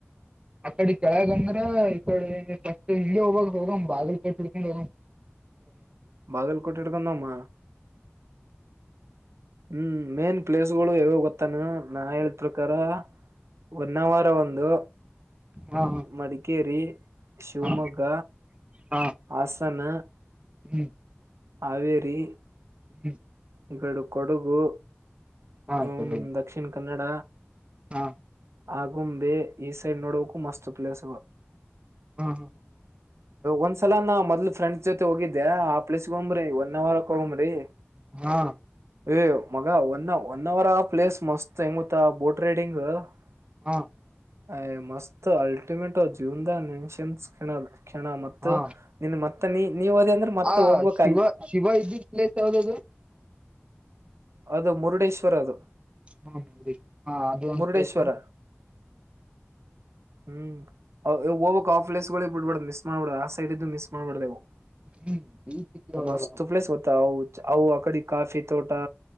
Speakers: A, on the right; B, on the right.
A: ಅಕಡಿ ಕೆಳಗಂದ್ರ ಬ ಫಸ್ಟ್ ಹಿಂಗೆ ಹೋಗಮ್ಮ ಹೋಗ್ಮ್ ಬಾಗಿಲ್ ಕೂಟ್ಟಿ ಹಿಡ್ಕೊಂಡ ಹೋಗಮ್ಮ
B: ಬಾಗಲ್ ಕೂಟ್ಟ ಹಿಡಕೂಂದ ಒಮ್ಮ ಹ್ಮ್ ಮೇನ್ ಪ್ಲೇಸ್ಗಳು ಯಾವ ಗೊತ್ತಾನ ನಾ ಹೇಳಿದ ಪ್ರಕಾರ ಹೂನ್ನಾವರ ಒಂದು
A: ಹಾ ಹಾ
B: ಮಡಿಕೇರಿ ಶಿವಮೊಗ್ಗ
A: ಹಾ ಹಾ ಹಾ
B: ಹಾಸನ
A: ಹ್ಮ್
B: ಹಾವೇರಿ
A: ಹ್ಮ
B: ಇವೆರಡು ಕೊಡಗು
A: ಹಾ
B: ಹ್ಮ
A: ಕೊಡ
B: ದಕ್ಷಿಣ ಕನ್ನಡ
A: ಹಾ
B: ಆಗುಂಬೆ ಈ ಸೈಡ್ ನೋಡೋಕು ಮಸ್ತ್ ಪ್ಲೇಸ್
A: ಹ್ಮ್ ಹ್ಮ್ ಹ್ಮ
B: ಒಂದ್ಸಲ ನಾ ಮೊದ್ಲ್ ಫ್ರೆಂಡ್ಸ್ ಜೊತೆ ಹೋಗಿದ್ದೆ ಆ ಪ್ಲೇಸ್ಗೆ ಹೋಗಮ್ರಿ ಒನ್ ಅವರ್ಕ್ ಹೋಗಮ್ರಿ
A: ಹಾ
B: ಏ ಮಗ ಅ ನಾವ್ ಒನ್ ಅವರ್ ಆ ಪ್ಲೇಸ್ ಮಸ್ತ್ ಹೆಂಗುತ್ತ ಬೋಟ್ ರೈಡಿಂಗ್ ಅ
A: ಹಾ
B: ಮಸ್ತ್ ಅಲ್ಟಿಮೆಟೋ ಜೀವನ್ದ ಇನ್ನ್ಸ್ ಕಣಲ್ ಕಣ ಮ
A: ಹಾ
B: ನಿನ್ ಮತ್ತೆ ನೀ ನೀವ ಹದಿ ಅಂದ್ರೆ ಮತ್ತೆ
A: ಹ
B: ಹೋಗ್ಬೇಕ
A: ಶಿವ
B: ಅಲ್ಲಿ
A: ಶಿವ ಇಜತ್ ಪ್ಲೆಸ್ ಯದದು
B: ಅದು ಮುರುಡೇಶ್ವರ ಅದು
A: ಹ್ಮ ಹಾ ಅದು ಒಂದು
B: ಮುರುಡೇಶ್ವರ
A: ಪ್ಲೇಸ್
B: ಹ್ಮ್ ಹೋಗಬಕ್ ಆ ಪ್ಲೇಸ್ ಗಳಗ್ ಬಿಡ್ಬೇಡ ಮಿಸ್ ಮಾಡ್ಬೇಡ ಆ ಸೈಡ್್ದು ಮಿಸ್ ಮಾಡ್ಬಾರಡ್ದೇವು
A: ಹ್ಮ್ ಬೀಚ್ ಇದ್ವಲ್ಲ
B: ಮಸ್ತ ಪ್ಲೇಸ್ ಹೊತ ಹ ಅವ ಅ ಕಡಿ ಕಾಫಿ ತೋಟಾ